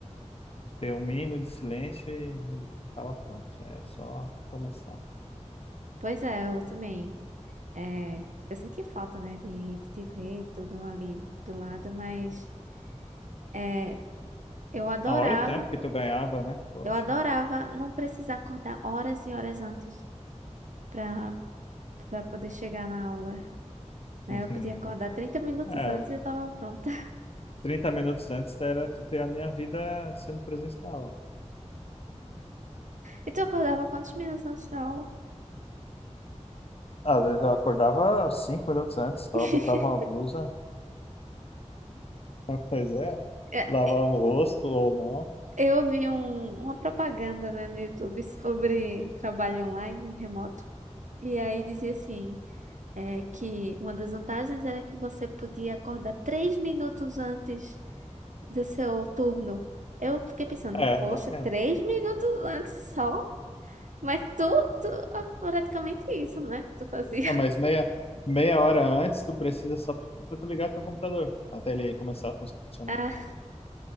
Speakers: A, on the left; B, on the right.
A: ter o mínimo de silêncio e e estava pronto. É só começar.
B: Pois é, eu também. É, eu senti falta, né, de, de te ver tudo ali do lado, mas é, eu adorava,
A: Ah, olha o tempo que tu ganhava, né? Poxa.
B: eu adorava não precisar acordar horas e horas antes pra, pra poder chegar na aula, né?
A: <laughs>
B: Eu podia acordar 30 minutos
A: É,
B: antes
A: o
B: e eu tava pronta. <laughs>
A: 30 minutos antes era tu ter a minha vida sendo presencial.
B: E tu acordava quantos minutos antes da aula?
A: Às vezes eu acordava cinco minutos antes, só
B: <laughs>
A: botava uma blusa, <laughs> pois é,
B: É,
A: lavava o rosto ou não.
B: Eu vi um- uma propaganda, né, no YouTube sobre trabalho online, remoto, e aí dizia assim. É que uma das vantagens era que você podia acordar três minutos antes do seu turno. Eu fiquei pensando,
A: É,
B: poxa,
A: dá tempo.
B: três minutos antes só? Mas tu, tu é praticamente isso, né? Que tu fazia. <laughs>
A: É, mas meia, meia hora antes tu precisa só pra tu ligar teu computador, até ele começar a funcionar.
B: Ah,